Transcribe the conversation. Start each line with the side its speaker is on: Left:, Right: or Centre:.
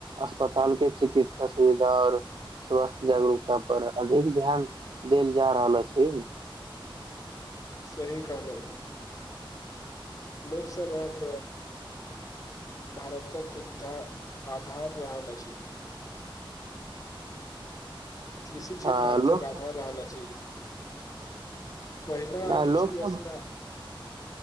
Right: अस्पताल के चिकित्सा सुविधा आओर स्वास्थ्य जागरूकता पर अधिक ध्यान देल जा रहल अछि <unintelligible>
Left: सही कहलौं लोक सब आप भारतक उद्धार आधार रहल अछि कृषि क्षेत्र
Right: आ
Left: भारतक
Right: लोक
Left: आधार रहल अछि पहिला
Right: आ, लोक
Left: किछु
Right: सब
Left: वर्ष में